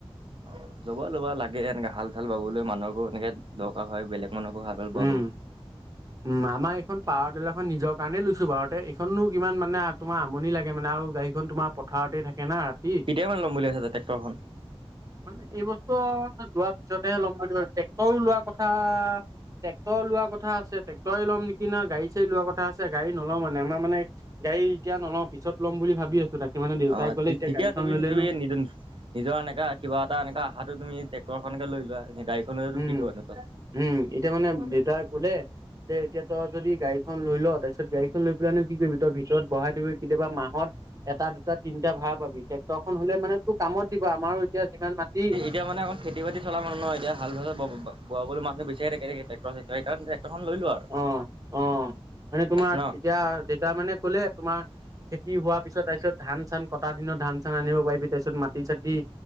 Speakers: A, on the right; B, on the right.
A: অ লব লবা লাগে এনে হাল চাল বাবলৈ মানুহকো এনেকে দৰকাৰ হয়, বেলেগ মানুহকো হাল- হাল বাবলে।
B: উম উম আমাৰ এইখন পাৱাৰ টিলাৰখন নিজৰ কাৰণেই লৈছো বাৰতে, এইখনো কিমান মানে- তোমাৰ আমনি লাগে মানে আৰু গাড়ীখন তোমাৰ পথাৰতেই থাকে না। ৰাতি
A: কেতিয়া মানে লম বুলি ভাবিছ তই ট্ৰেক্টৰ খন।
B: মানে এই বছৰ যোৱাৰ পিছতহে ল'ম বুলি ভাবিছো মই ট্ৰেক্টৰো লোৱা কথা, ট্ৰেক্টৰ লোৱাৰ কথা আছে, টেক ক্টই ল'ম নিকি না গাডী চাড়ী লোৱা কথা আছে, গাড়ী নলও মানে আমাৰ মানে গাড়ী- এতিয়া নলওঁ পিছত ল'ম ভাবি আছো তাকে। মানে দেউতাই
A: অ
B: ক'লে
A: ঠিক
B: এতিয়া
A: কেতিয়া
B: গাড়ীখন
A: তুমি
B: ল'লেনো
A: তুমি নি - নিজৰ এনেকা কিবা এনেকা আহাটো তুমি ট্ৰেক্টৰ এখনকে লৈ লোৱা, গাড়ী লৈ
B: উম
A: নো কি কৰিবা তাত।
B: উম, এতিয়া মানে দেউতাৰ কুলে। যে এতিয়া তই যদি গাড়ীখন লৈ ল, তাৰপিছত গাড়ীখন লৈ পেলাইনো কি কৰিবি, তই ভিতৰত ভৰাই থবি, কেতিয়াবা মাহত, এটা দুটা তিনিটা ভাড়া পাবি, ট্ৰেক্টৰখন হলে মানে তোৰ কামত দিব, আমাৰো এতিয়া যিমান মাটি।
A: এতিয়া মানে অকল খেতি চলা মানুহ নহয়, এতিয়া হাল চাল বাব বোৱাবলৈ মানুহ বিচাৰি থাকে, টেক্টৰ চেক্টৰ সেইকাৰণে এখন লৈ লোৱা আৰু।
B: অ', অ', মানে তোমাৰ
A: ন
B: এতিয়া দেউতা মানে কলে তোমাৰ, খেতি হোৱাৰ পিছত তাৰপিছত ধান চান কটা দিনত ধান চান আনিব পাৰিবি, তাৰপিছত মাটি চাটি